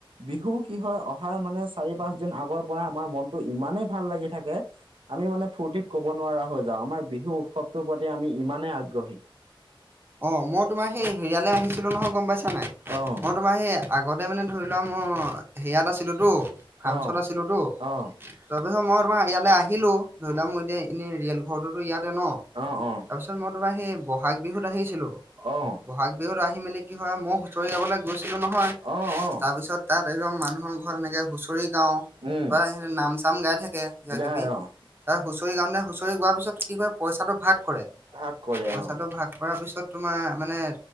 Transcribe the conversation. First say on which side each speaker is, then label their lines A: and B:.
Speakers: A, on the right; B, on the right.
A: বিহু কি হয়? অহাৰ মানে চাৰি পাঁচ। আগৰ পৰা আমাৰ মনতটো ইমানেই ভাল লাগি থাকে, আমি মানে ফূৰ্তিত ক'ব নোৱাৰা হৈ যাওঁ। আমাৰ বিহু উৎসৱটোৰ প্ৰতি আমি ইমানে আগ্ৰহী।
B: অঁ মই তোমাৰ সেই। হেৰিয়ালৈ আহিছিলোঁ নহয় গম পাইছা নাই
A: অ',
B: মই তোমাৰ সেই আগতে মানে ধৰি লোৱা মই। সেয়াত আছিলোতো, ফ্ৰান্সত
A: অ',
B: আছিলোতো। তাৰপিছত
A: অ',
B: মই তাৰ ইয়ালৈ আহিলো ধৰি লোৱা মই এতিয়া এনেই ৰিয়েল ঘৰটোতো ইয়াতে ন?
A: অহ অহ।
B: ত মই তোমাৰ সেই বহাগ বিহুত আহিছিলো।
A: অহ।
B: বহাগ বিহুত আহি মেলি কি হয়, মই হুঁচৰি গাবলে গৈছিলোঁ নহয়,
A: অ', অ',
B: তাৰপিছত। তাত একদম মানুহৰ ঘৰত এনেকে হুঁচৰি গাঁও।
A: উম,
B: বা স নাম চাম গাই থাকে কিবা
A: গাই
B: কিবি।
A: অ',
B: ছাৰ হুঁচৰি কাৰণে হুঁচৰি গোৱাৰ পিছত কি কৰে, পইচাটো ভাগ কৰে,
A: ভাগ কৰে
B: পইচাটো
A: অ',
B: ভাগ কৰাৰ পিছত। তোমাৰ মানে